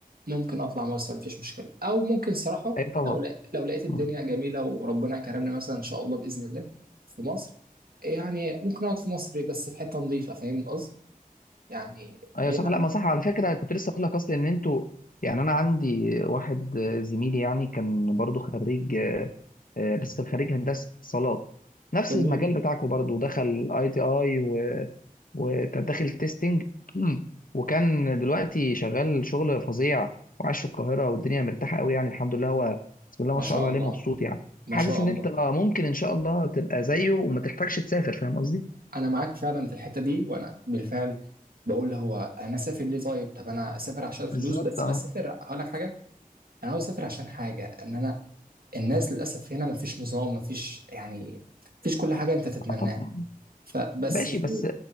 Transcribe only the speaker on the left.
ايوه طبعا
مم.
ايوه
صح
لا ما صح على فكره كنت لسه اقول لك اصلا ان انتوا يعني انا عندي واحد آه، زميلي يعني كان برضو خريج آه، آه، بس كان خريج هندسه اتصالات نفس
المجال بتاعكم برضو دخل اي تي اي و... وكان داخل تيستنج <clears throat> وكان دلوقتي شغال شغل فظيع وعايش في القاهره والدنيا مرتاحه قوي يعني الحمد لله هو بسم الله
ما شاء
الله
عليه مبسوط يعني
حاسس
ان
انت آه، ممكن ان شاء الله تبقى زيه وما تحتاجش تسافر فاهم قصدي
بالظبط
اه
آه، طبعا
ماشي
بس